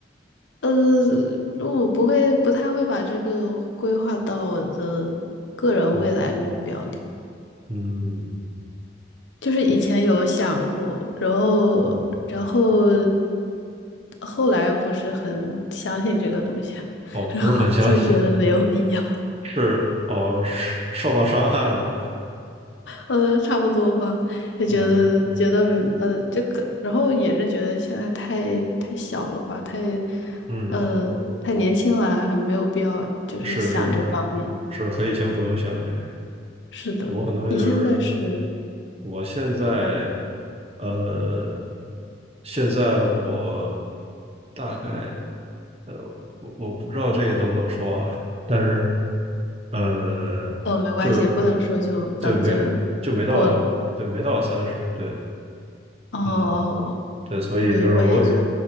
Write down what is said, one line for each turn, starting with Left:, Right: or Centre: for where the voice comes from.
Left: 呃，我不会，不太会把这个规划到我的个人未来目标里。
Right: 嗯嗯。
Left: 就是以前有想过，然后，
Right: 嗯，
Left: 然后后来不是很相信这个东西，<laughs>
Right: 哦，不是很相信，
Left: 然后就觉得没有必要。
Right: 是哦，是受到伤害了吗？
Left: 呃，差不多吧，就觉得觉得呃，
Right: 啊、
Left: 这个，然后也是觉得现在太太小了吧，太
Right: 嗯，
Left: 呃太年轻了，还没有必要就是想这方面。
Right: 是是是，是可以先不用想这个。
Left: 是的，
Right: 我可能就是
Left: 你现在是
Right: 我现在，
Left: 多大？
Right: 呃，现在我大概呃，我我不知道这个能不能说啊，但是呃，
Left: 哦，没关系，
Right: 就是没
Left: 不能说就咱们就
Right: 对没就没到对没到三十对。
Left: 过了。哦，
Right: 嗯，对，所以就是我
Left: 我我也就